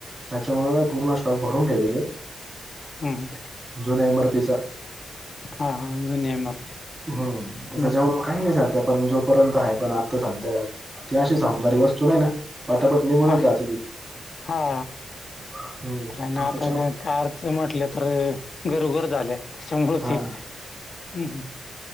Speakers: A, on the right; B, on the left.
A: त्याच्यामुळे काय पूर्ण स्टॉक भरून ठेले
B: हम्म.
A: जुन एम आर पी चा.
B: हा हा जुन मार पी.
A: हम्म
B: पण
A: त्याच्यामु काही नाही साध्या पण जोपर्यंत आहे पण आत्ता साध्या ती अशी समदारी वस्तू नाही ना पाटापटणी गुणच
B: हा
A: जाते ती
B: हा
A: हम्म.
B: तर
A: मग
B: आता
A: त्याच्या
B: कारच म्हटलं तर घरोघर झालं त्याच्यामु
A: हा
B: ते हम्म हम्म.